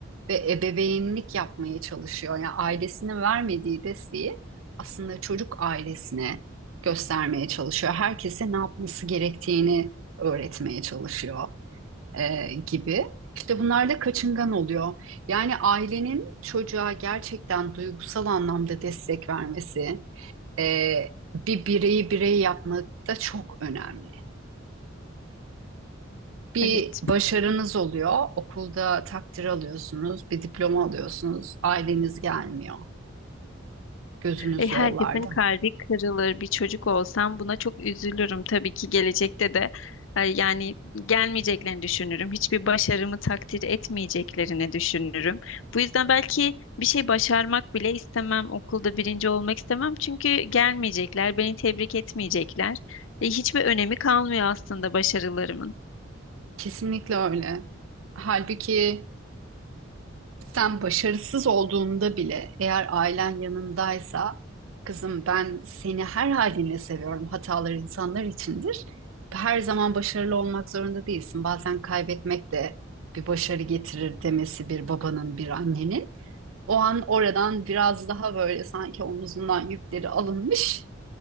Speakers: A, on the right; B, on the left.
A: ve ebeveynlik yapmaya çalışıyor. Yani ailesine vermediği desteği aslında çocuk ailesine göstermeye çalışıyor. Herkese ne yapması gerektiğini öğretmeye çalışıyor e, gibi. İşte bunlar da kaçıngan oluyor. Yani ailenin çocuğa gerçekten duygusal anlamda destek vermesi, e, bir bireyi birey yapmak da çok önemli. Bir
B: Evet.
A: başarınız oluyor, okulda takdir alıyorsunuz, bir diploma alıyorsunuz, aileniz gelmiyor, gözünüz
B: Ve herkesin
A: yollarda.
B: kalbi kırılır. Bir çocuk olsam buna çok üzülürüm. Tabii ki gelecekte de e, yani gelmeyeceklerini düşünürüm. Hiçbir başarımı takdir etmeyeceklerini düşünürüm. Bu yüzden belki bir şey başarmak bile istemem. Okulda birinci olmak istemem. Çünkü gelmeyecekler, beni tebrik etmeyecekler. E, hiçbir önemi kalmıyor aslında başarılarımın.
A: Kesinlikle öyle. Halbuki Sen başarısız olduğunda bile eğer ailen yanındaysa kızım ben seni her halinle seviyorum. Hatalar insanlar içindir. Her zaman başarılı olmak zorunda değilsin. Bazen kaybetmek de bir başarı getirir demesi bir babanın, bir annenin. O an oradan biraz daha böyle sanki omuzundan yükleri alınmış